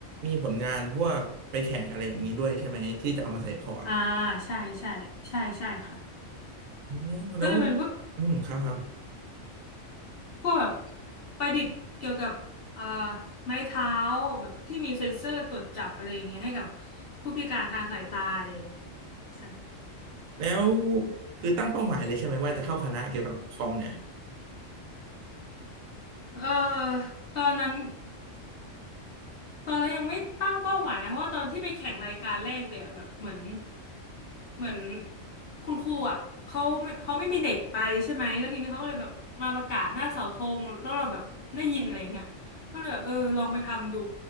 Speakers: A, on the right; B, on the left.
A: มีผลงานพวกไปแข่งอะไรอย่างนี้ด้วยใช่ไหมที่จะเอามาใส่พอร์ต
B: อ่าใช่ใช่ใช่ใช่ค่ะ
A: อ๋อแล้ว
B: ก็จะเป็นพวก
A: อืมครับครับ
B: พวกแบบประดิษฐ์เกี่ยวกับอ่าไม้เท้าแบบที่มีเซ็นเซอร์ตรวจจับอะไรอย่างเงี้ยให้กับผู้พิการทางสายตาอะไรอย่างเงี้ยใช่
A: แล้วคือตั้งเป้าหมายเลยใช่ไหมว่าจะเข้าคณะเกี่ยวกับคอมเนี่ย
B: เอ่อตอนนั้น ตอนเรายังไม่ตั้งเป้าหมายนะเพราะว่าตอนที่ไปแข่งรายการแรกเนี่ยแบบเหมือนเหมือนคุณครูอ่ะเขาไม่เขาไม่มีเด็กไปใช่ไหมแล้วทีนี้เขาก็เลยแบบมาประกาศหน้าเสาธงแล้วเราแบบได้ยินอะไรอย่างเงี้ยก็เลยแบบเออลองไปทำดู